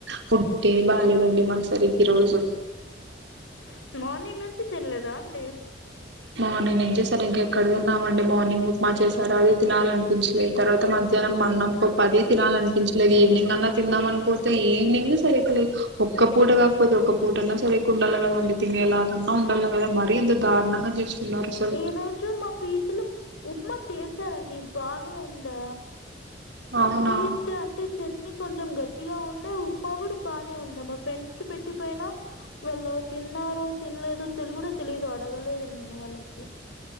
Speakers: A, on the right (about 70°); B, on the left (about 85°).
A: ఫుడ్డే బాలేేదండి మాకు సరిగ్గా ఈ రోజు.
B: అవు మార్నింగ్ నుంచి తినలేదా అండి.
A: మార్నింగ్ నుంచి సరిగ్గా ఎక్కడ తిన్నామండి. మార్నింగ్ ఉప్మా చేశారు అది తినాలనిపించలేదు, తర్వాత మ మధ్యాహ్నం అన్నం పప్పు అది తినాలనిపించలేదు. ఈవినింగ్ అన్నా తిందామనిపోతే ఈవినింగ్ సరిగ్గా లేదు. ఒ ఒక్క పూట కాకపోతే ఒక పూటన్నా సరిగ్గా ఉండాల కదా అండి. తినేలాగన్నా ఉండాల కదా మరీ ఇంత దారుణంగా చేస్తున్నారు అసలు
B: ఈ రోజు మా పీజిలో ఉప్మా చేసారండి బానే ఉండా.
A: అవునా
B: టీ చ అంటే చట్నీ కొంచెం గట్టిగా ఉండే, ఉప్మా కూడా బానే ఉండే. మా ఫ్రెండ్స్ కి పెట్టిపోయినా వాళ్ళు తిన్న తిన్నారో తినలేదో తెలు కూడా తెలియదు అడగలేదు నేను వాళ్ళకి.